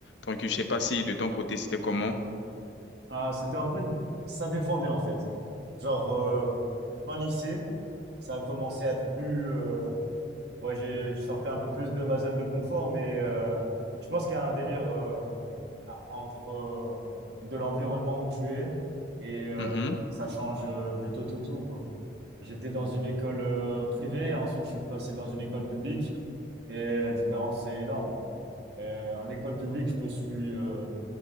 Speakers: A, on the left; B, on the right.
A: donc je sais pas si de ton côté, c'était comment.
B: Ah, c'était un peu, ça dépendait en fait. Genre, euh, fin lycée, ça a commencé à être plus, euh, Moi, j'ai, je sortais un peu plus de ma zone de confort, mais euh, je pense qu'il y a un délire euh, à- entre euh, de l'environnement où tu es et euh,
A: Mhm.
B: ça change euh, du tout au tout, quoi. J'étais dans une école euh, privée, et ensuite je suis passé dans une école publique et la différence est énorme. Euh, en école publique, je me suis, euh,